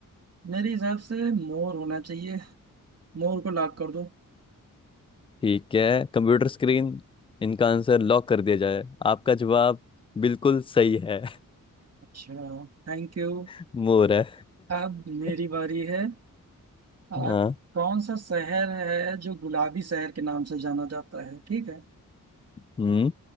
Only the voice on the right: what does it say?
मेरे हिसाब से मोर होना चाहिए मोर को लॉक कर दो
अच्छा थैंक यू
अब मेरी बारी
है आ,
कौन सा शहर है जो गुलाबी शहर के नाम से जाना जाता है ठीक है